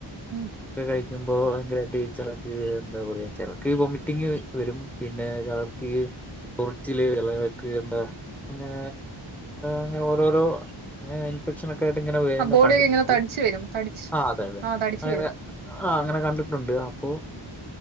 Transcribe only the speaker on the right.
ഉം
ആ ബോഡിയൊക്കെ
ഇങ്ങനെ തടിച്ചു വരും തടിച്ച്
തടിച്ചു
വരും